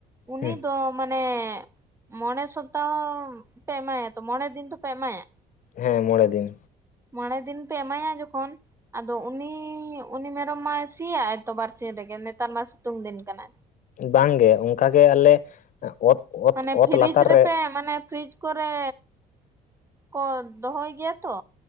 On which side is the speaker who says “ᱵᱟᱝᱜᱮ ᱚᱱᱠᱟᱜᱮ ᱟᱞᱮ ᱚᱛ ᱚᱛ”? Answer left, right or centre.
Left